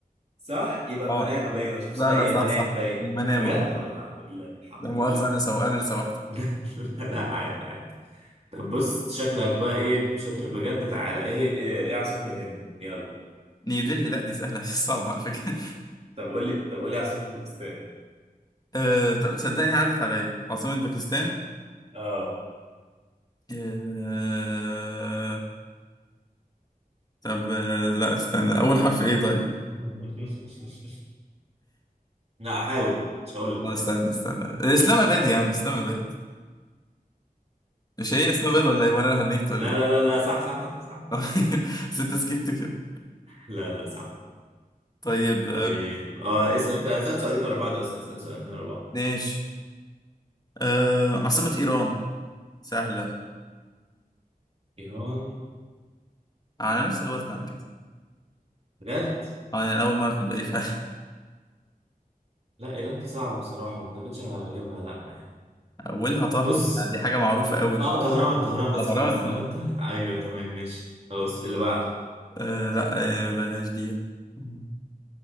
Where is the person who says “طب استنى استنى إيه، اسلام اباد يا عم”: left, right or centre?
Left